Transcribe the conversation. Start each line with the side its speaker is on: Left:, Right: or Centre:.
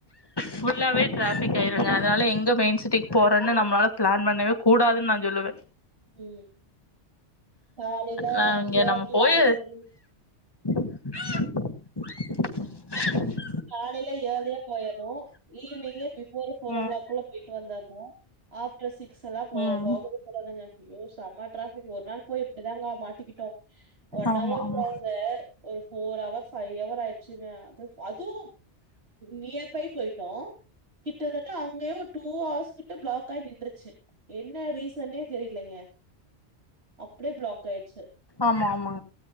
Left: ஃபுல்லாவே டிராபிக் ஆய்டுங்க அதனால எங்க மெயின் சிட்டி போறேன்னு நம்மளால பிளான் பண்ணவே கூடாதுன்னு நா சொல்லுவே
Right: உம் காலேல
Left: நா இங்க
Right: இயர்லியா
Left: நம்ம போய்
Right: போய்ட்டோ
Left: <unintelligible>
Right: காலைல ஏர்லியா போயிரணு ஈவினிங்கு பிபோர் ஃபோர்
Left: ம்
Right: ஓ கிளாக்குள்ள போயிட்டு வந்தரணு ஆஃப்டர் சிக்ஸ் எல்லா போ
Left: ம்
Right: போகவே கூடாதுங்க அய்யோ செம ட்ராபிக் ஒரு நாள் போய் இப்டிதாங்க மாட்டிக்கிட்டு ஒன்
Left: ஆமா
Right: அவர்
Left: ஆமா
Right: போங்க ஒரு ஃபோர் அவர் ஃபை அவர் ஆயிடு அங்க அது <unintelligible> அதுவு நியர் பை போயிட்டோ கிட்டத்தட்ட அங்கேயே ஒரு டூ ஹவர்ஸ் கிட்ட பிளாக் ஆகி நின்றுருச்சு என்ன ரீசன்னே தெரியலங்க அப்டியே பிளாக் ஆயிடுச்சு
Left: ஆமா ஆமா